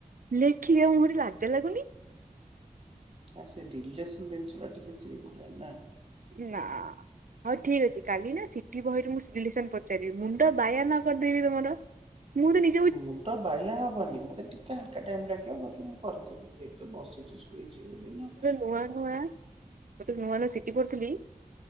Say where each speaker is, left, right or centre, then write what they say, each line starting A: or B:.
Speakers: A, on the right; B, on the right.
A: ଲେଖିବେ ମୁହଁ ରେ ଲାଜ ଲାଗୁନି।
B: ଆ ସେ ରିଲେସ୍‌ନ ଜିନିଷ ଟା ଟିକେ ସେଇ ଭଳିଆ ନା।
A: ନା। ହଉ ଠିକ୍ ଅଛି କାଲି ନା ସିଟି ବହିରୁ ମୁଁ ରିଲେସନ୍ ପଚାରିବି ମୁଣ୍ଡ ବାୟା ନ କରିଦେବି ତମର। ମୁଁ ଦେମି।
B: ମୁଣ୍ଡ ବାୟା ହବନି ମତେ ଟିକେ ହାଲ୍କା ଟାଇମ୍ ଲାଗିବ ବାକି ମୁଁ କରିଦେବି। ଏଇଟିତ ବସିଚି ଶୋଇଚି ବୋଲି ନା।
A: ନୂଆ ନୁଆ ଯେତେବେଳେ ନୂଆ ହେଲା ସିଟି ପଢ଼ୁଥିଲି